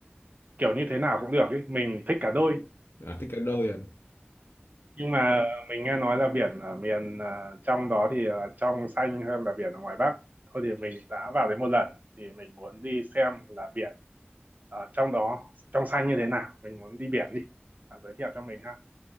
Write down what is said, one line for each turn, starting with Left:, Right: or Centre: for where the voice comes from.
Right: kiểu như thế nào cũng được ý mình thích cả đôi
Left: à, thích cả đôi à
Right: nhưng mà mình nghe nói là biển ở miền à, trong đó thì là trong xanh hơn là biển ở ngoài Bắc thôi thì mình đã vào đấy một lần thì mình muốn đi xem là biển ở trong đó trong xanh như thế nào mình muốn đi biển đi bạn giới thiệu cho mình ha